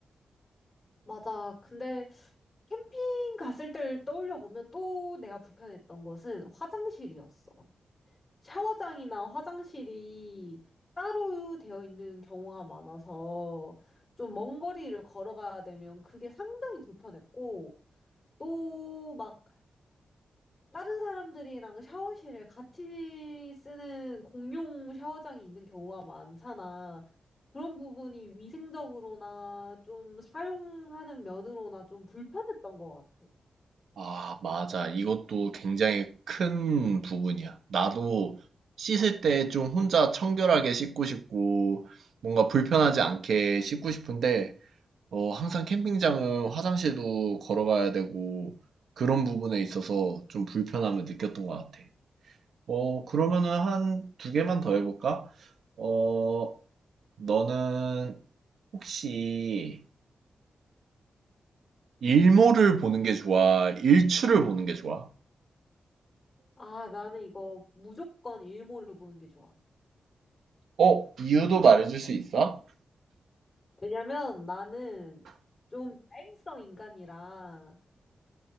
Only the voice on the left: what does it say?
맞아. 근데 캠핑 갔을 때를 떠올려 보면 또 내가 불편했던 것은 화장실이었어. 샤워장이나 화장실이 따로 되어 있는 경우가 많아서 좀 먼 거리를 걸어가야 되면 그게 상당히 불편했고 또막 다른 사람들이랑 샤워실을 같이 쓰는 공용 샤워장이 있는 경우가 많잖아. 그런 부분이 위생적으로나 좀 사용하는 면으로나 좀 불편했던 것 같아.
아, 나는 이거 무조건 일몰을 보는 게 좋아.
왜냐면 나는 좀 야행성 인간이라